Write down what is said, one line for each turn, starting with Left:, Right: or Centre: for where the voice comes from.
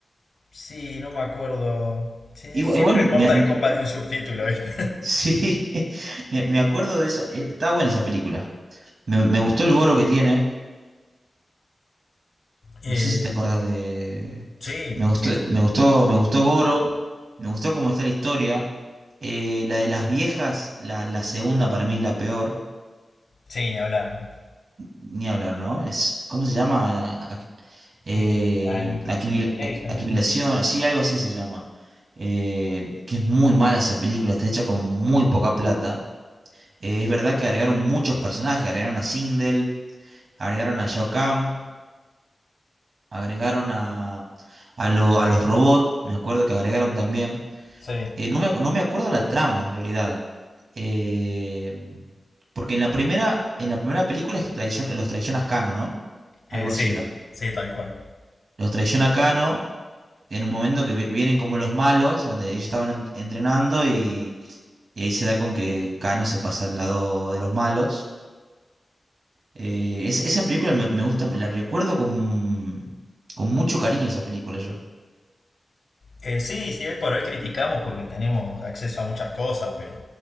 Left: sí, no me acuerdo. Sí,
Right: Igual,
Left: siempre
Right: igual
Left: es Mortal
Right: me- me-
Left: Kombat y un subtítulo, ¿viste?
Right: sí, <laughs> me, me acuerdo de esa. eh, Estaba buena esa película. Me, me gustó el Goro que tiene.
Left: <laughs>
Right: No
Left: Eh,
Right: sé si te acordás de.
Left: sí,
Right: Me gustó,
Left: sí, sí.
Right: me gustó, me gustó Goro. Me gustó cómo está la historia. Eh, la de las viejas, la, la segunda para mí es la peor.
Left: Sí, ni hablar.
Right: Ni hablar, ¿no? Es, ¿cómo se llama? A- eh,
Left: Eh, Aniqui-
Right: aquinil-
Left: Annihilation,
Right: a- Aquinilación,
Left: ¿eh?
Right: así, algo así se llama. Eh, que es muy mala esa película, está hecha con muy poca plata. Eh, es verdad que agregaron muchos personajes, agregaron a Sindel, agregaron a Shao Kahn, agregaron a, a, lo- a los robots, me acuerdo que agregaron también.
Left: Sí,
Right: Eh, no me, ac- no me acuerdo la trama en realidad. Eh, porque en la primera, en la primera película es traicion- los traiciona Cano, ¿no? Algo
Left: eh, sí,
Right: así era.
Left: sí, tal cual.
Right: Los traiciona Cano en un momento que vi- vienen como los malos, donde ellos estaban en- entrenando y, y ahí se da con que Cano se pasa al lado de los malos. Eh, es- esa película me, me gusta, la recuerdo con, con mucho cariño esa película yo.
Left: Eh, sí, sí, hoy por hoy criticamos porque tenemos acceso a muchas cosas, pero